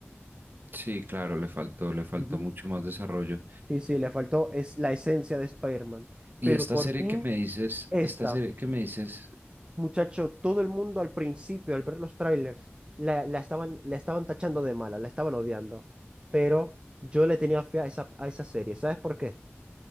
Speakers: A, on the right; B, on the right.
A: sí, claro, le faltó, le faltó
B: Ujú.
A: mucho más desarrollo.
B: Sí, sí, le faltó es la esencia de Spider-Man,
A: Y
B: pero
A: esta
B: por
A: serie
B: fin
A: que me dices,
B: esta
A: esta serie que me dices
B: Muchacho, todo el mundo al principio, al ver los trailers, la, la estaban, la estaban tachando de mala, la estaban odiando. Pero yo le tenía fe a esa, a esa serie. ¿Sabes por qué?